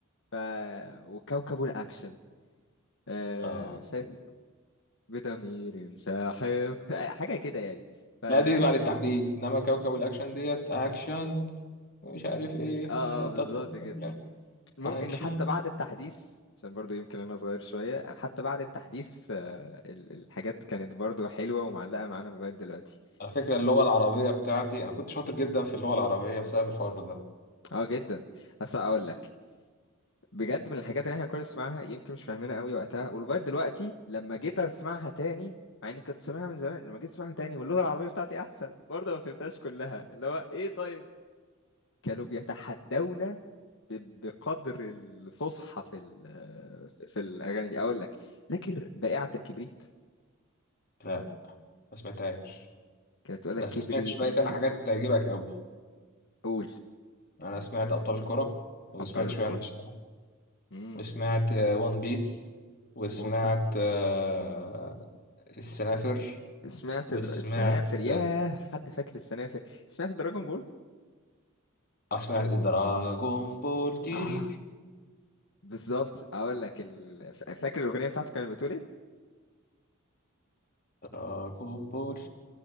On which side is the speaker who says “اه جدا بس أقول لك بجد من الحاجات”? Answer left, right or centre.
Left